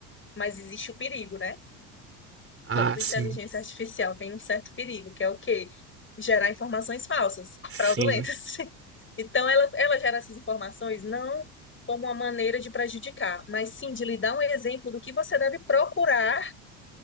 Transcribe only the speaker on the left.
Mas existe o perigo, né?
toda
inteligência artificial tem um certo perigo, que é o quê? Gerar informações falsas,
fraudulentas. <laughs> Então, ela, ela gera essas informações não como uma maneira de prejudicar, mas sim de lhe dar um exemplo do que você deve procurar